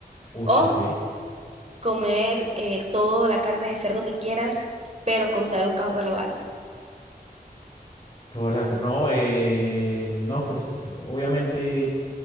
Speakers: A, on the left (about 25°); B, on the right (about 45°).
A: Ush,
B: O
A: ok.
B: comer eh, toda la carne de cerdo que quieras, pero causar un caos global.
A: Toda la... ca- No, eh, no, pues obviamente.